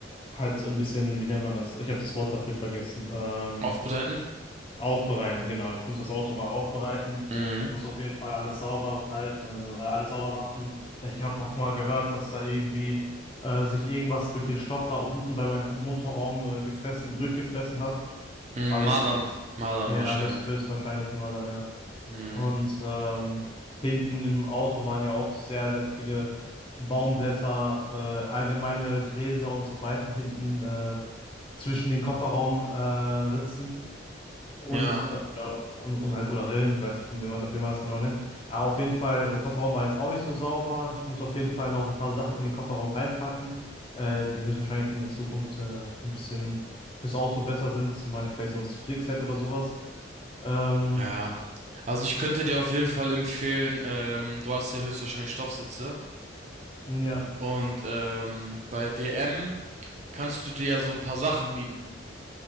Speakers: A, on the left; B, on the right.
A: halt so ein bisschen, wie nennt man das? Ich habe das Wort dafür vergessen. Ähm,
B: aufbereiten.
A: aufbereiten, genau. Ich muss das Auto mal aufbereiten.
B: Mhm.
A: Ich muss auf jeden Fall alles sauber halten, also äh, alles sauber machen. Ich habe auch mal gehört, dass da irgendwie äh, sich irgendwas durch den Stoff da unten bei meinem Motorraum äh, gefressen, durchgefressen hat.
B: Mm,
A: Also
B: Mardan,
A: zumindest,
B: Mardan
A: ja,
B: wahrscheinlich.
A: höchst, höchstwahrscheinlich mal dann, ja.
B: Mhm.
A: Und ähm, hinten im Auto waren ja auch sehr, sehr viele Baumblätter, äh, allgemeine Gräser und so weiter hinten äh, zwischen den Kofferraumritzen äh, Ritzen und,
B: Ja,
A: äh, oder, und, und halt oder Rillen, ich weiß nicht, wie man, wie man das genau nennt. Ja, auf jeden Fall, der Kofferraum war jetzt auch nicht so sauber. Ich muss auf jeden Fall noch ein paar Sachen in den Kofferraum reinpacken, äh, die höchstwahrscheinlich in der Zukunft äh, ein bisschen fürs Auto besser sind, zum Beispiel vielleicht so ein Flickset oder sowas. Ähm,
B: ja. Also ich könnte dir auf jeden Fall empfehlen, ähm, du hast ja höchstwahrscheinlich Stoffsitze
A: ja,
B: und ähm, bei DM kannst du dir ja so ein paar Sachen mieten.